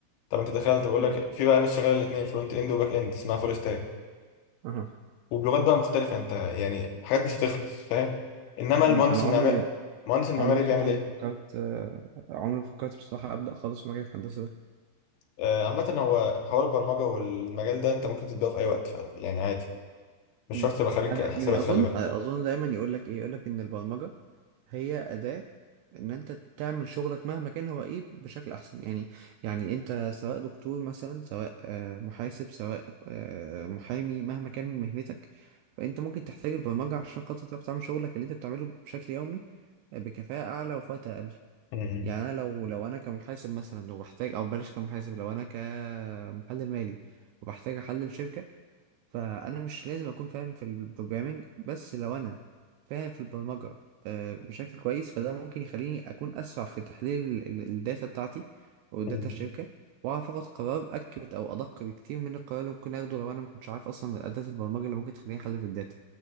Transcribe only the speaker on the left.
طب انت دخلت بقول
لك في بقى ناس شغاله الاثنين فرونت اند وباك اند اسمها فول ستاك
وبلغات بقى مختلفه انت يعني حاجات مش هتخلص فاهم انما
المهندس
المعماري
المهندس المعماري
بيعمل
ايه
آه عامه هو حوار البرمجه والمجال ده انت ممكن تبداه في اي وقت ف- يعني عادي مش
شرط تبقى خريج
حسابات
خلي بالك
مم.
مم.